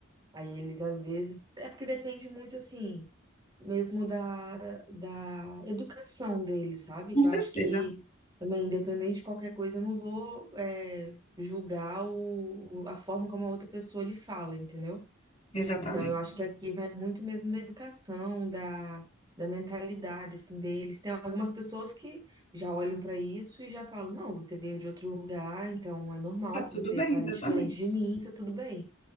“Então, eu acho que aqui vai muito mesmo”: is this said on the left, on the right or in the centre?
Right